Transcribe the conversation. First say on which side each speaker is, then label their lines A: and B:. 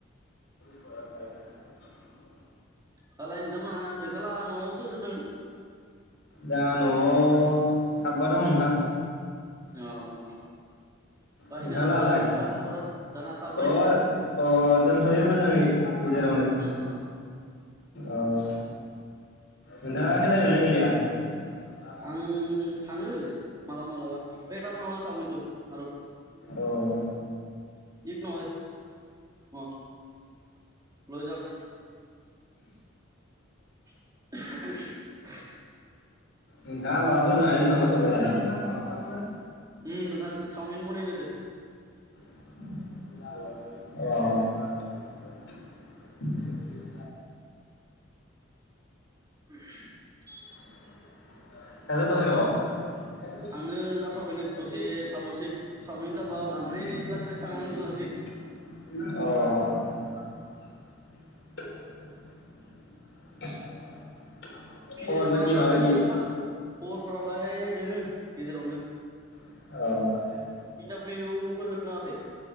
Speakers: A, on the left (about 65°); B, on the right (about 20°).
A: ाव गायनो <unintelligible>
B: दालाय नोंथांमोना नोंथाला न'आव सोर सोर दोङो?
A: जोंहा न'आव साबा दं नोंथां।
B: अ गासिनाबो
A: नोंथां
B: मोजाङानो
A: लाहालाय
B: बा खबरा जाना साब्रै
A: अ अ दोंथयो मोजाङै गेजेरावनो।
B: अ अ
A: अह नोंथाङा खेला गेलयोना गेलेया लाग
B: आं
A: <unintelligible>
B: थाङो मालाबा मालाबा एथ बनाब सावमिनथ आरो
A: अ
B: इख नहय अ' लय जाम। <inaudible>
A: नोंथाङा माबाफोर जाहैदो नामा सगावलाय?
B: उम नोंथां चावमिन बनायनो होदो।
A: अह
B: <inaudible>
A: थांनोजाथ'आखै
B: थांनो
A: न'आव?
B: जाथ'वाखैनो दसे थाबावनोसै सावमिन जाबा
A: अह
B: लानानै लासै लासै थांनांगोनसै
A: <inaudible> <inaudible>
B: फि
A: खबर पाथि
B: मा
A: माबायदि
B: फुं फुंङावखा। खबरफोरालाय दोंङो गेजेरावनो।
A: औ
B: इन्टारभिउफोर होद ना होआखै?